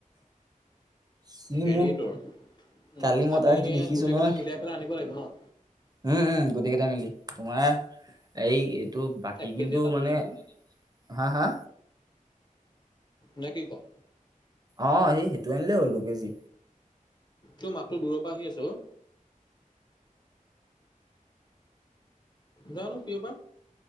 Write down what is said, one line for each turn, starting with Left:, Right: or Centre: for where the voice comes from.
Right: সি
Left: হেৰি
Right: মোক
Left: তোৰ উম
Right: কালি মই
Left: আমি
Right: তাৰ সেইটো দেখিছো
Left: গোটেই
Right: নহয়
Left: কেইটা মিলাই পেলাই আনিব লাগিব ন,
Right: উম উম গোটেইকেইটাই মিলি তোমাৰ এই এইটো বাকী
Left: এক কেজি
Right: কিন্তু
Left: এটা লৈ
Right: মানে
Left: আনিম
Right: হা হা,
Left: নে কি কও
Right: অ সেই সেইটো আনিলেই হ'ল দু কেজি,
Left: তোৰ মাতটো দূৰৰ পৰা আহি আছে অ জানো কিয় বা